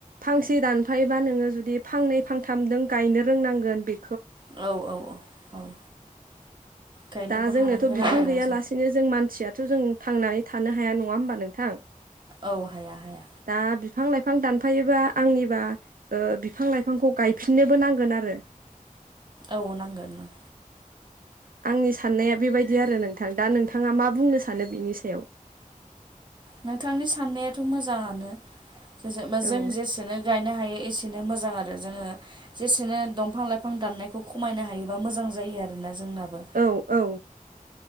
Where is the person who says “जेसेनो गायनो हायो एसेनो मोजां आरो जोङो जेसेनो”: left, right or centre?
Right